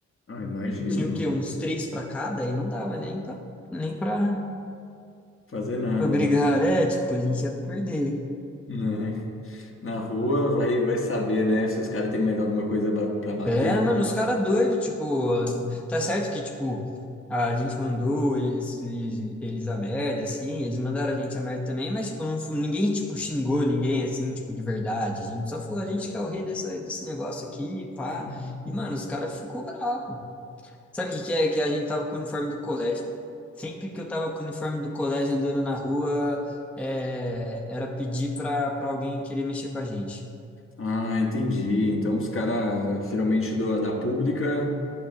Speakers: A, on the left (about 40°); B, in the centre.
A: Ah, imagina,
B: E tinha
A: mano.
B: o quê? Uns três pra cada, e não dava nem pra, nem pra,
A: Fazer nada,
B: pra brigar,
A: né?
B: é, tipo, a gente ia perder.
A: Né? Na rua vai, vai saber, né? Se os caras têm mais alguma coisa ba- pra bater.
B: É, mano, os caras doidos, tipo, tá certo que, tipo, a gente mandou eles, eles, eles a merda, assim, eles mandaram a gente a merda também, mas, tipo, não, fu- ninguém, tipo, xingou ninguém, assim, tipo, de verdade. A gente só falou, a gente que é o rei dessa, desse negócio aqui, pá.
A: Uhum.
B: E, mano, os caras ficou bravo. Sabe o que que é? Que a gente tava com o uniforme do colégio. Sempre que eu tava com o uniforme do colégio andando na rua, é, era pedir pra, pra alguém querer mexer com a gente.
A: Ah, entendi. Então os caras, geralmente do- da pública,